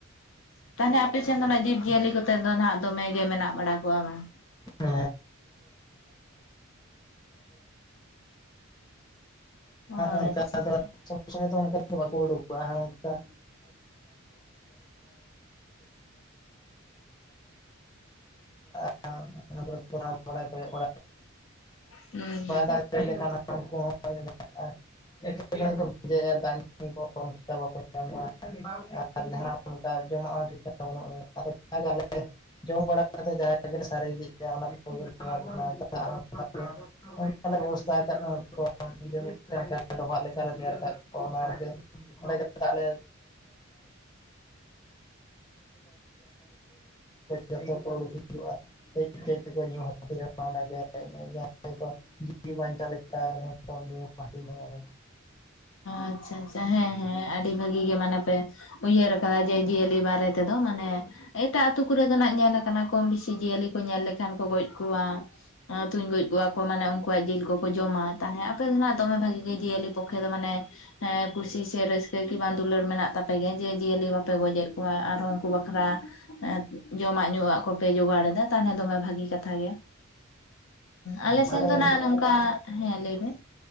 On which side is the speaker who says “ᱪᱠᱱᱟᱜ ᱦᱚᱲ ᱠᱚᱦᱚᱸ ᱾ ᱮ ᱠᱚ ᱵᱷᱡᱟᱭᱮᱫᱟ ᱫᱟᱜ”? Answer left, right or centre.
Left